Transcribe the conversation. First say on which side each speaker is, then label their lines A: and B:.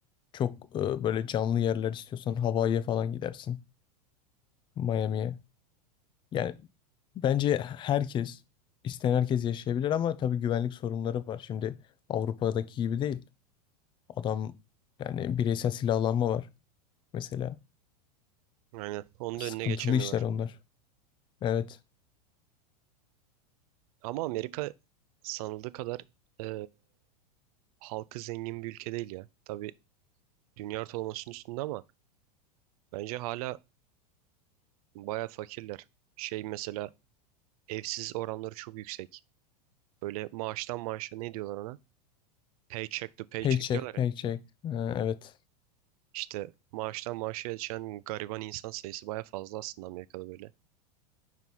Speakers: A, on the left; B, on the right.
A: Çok e, böyle canlı yerler istiyorsan Hawaii'ye falan gidersin. Miami'ye. Yani bence herkes isteyen herkes yaşayabilir ama tabii güvenlik sorunları var. Şimdi Avrupa'daki gibi değil. Adam yani bireysel silahlanma var mesela.
B: Aynen. Onun
A: Sıkıntılı
B: da önüne geçemiyorlar.
A: işler onlar. Evet.
B: Ama Amerika sanıldığı kadar e, halkı zengin bir ülke değil ya. Tabii dünya ortalamasının üstünde ama bence hala Baya fakirler. Şey mesela evsiz oranları çok yüksek. Böyle maaştan maaşa ne diyorlar ona? Paycheck to paycheck
A: Paycheck,
B: diyorlar
A: paycheck.
B: ya.
A: Ha, evet.
B: İşte maaştan maaşa geçen gariban insan sayısı baya fazla aslında Amerika'da böyle.